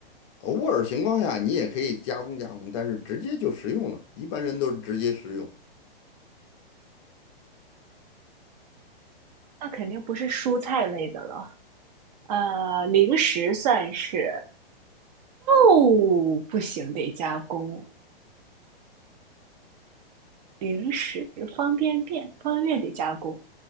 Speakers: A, on the left; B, on the right.
A: 偶尔情况下你也可以加工加工，但是直接就食用了，一般人都是直接食用。
B: 那肯定不是蔬菜类的了。呃，零食算是，哦，不行，得加工。零食方便面，方便面得加工。